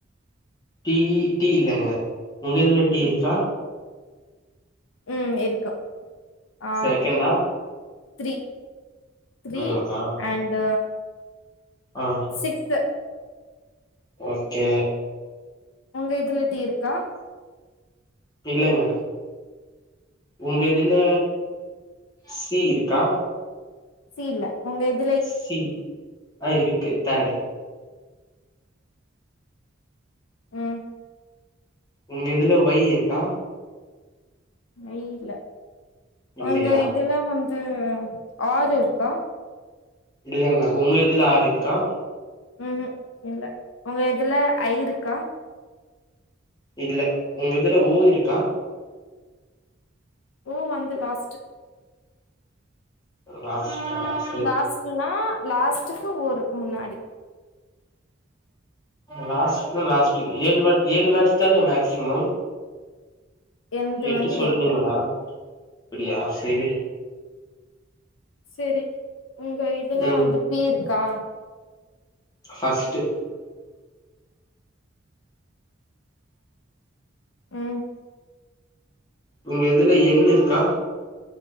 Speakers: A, on the left; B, on the left.
A: டீ டீ இல்லங்க உங்க இதுல டீ
B: ம்
A: இருக்கா
B: ம் இருக்கு ஆ
A: செகண்டா
B: த்ரீ த்ரீ
A: மூணாவதா
B: அண்ட்
A: ஆ
B: சிக்ஸ்சு
A: ஓகே
B: உங்க இதுல ட்டீ இருக்கா
A: இல்லங்க உங்க இதுல சி இருக்கா
B: சி இல்ல உங்க இ
A: சி ஆ இருக்கு தேர்டு
B: உம்
A: உங்க இதுல வொய் இருக்கா
B: வொய் இல்ல
A: இல்லையா
B: உங்க இதுல வந்து ஆர் இருக்கா
A: இல்லங்க உங்க இதுல ஆரு இருக்கா
B: ம் ஹும் இல்ல உங்க இதுல ஐ இருக்கா
A: இல்ல உங்க இதுல ஓ இருக்கா
B: ஓ அந்த லாஸ்ட்டு
A: லாஷ்ட்டா
B: லாஸ்ட்டுன்னா லாஸ்ட்டுக்கு ஒரு முன்னாடி
A: லாஸ்ட்னா லாஸ்ட்டு ஏழு வாட் ஏழு வேக்ஸு தான மேக்ஸிமம்
B: என்து
A: எட்டு
B: வந்து
A: சொல்னீங்களா
B: எட்
A: அப்புடியா செரி
B: செரி உங்க இதுல
A: ம்
B: வந்து பி இருக்கா
A: ஃபர்ஸ்ட்டு
B: உம்
A: உங்க இதுல என் இருக்கா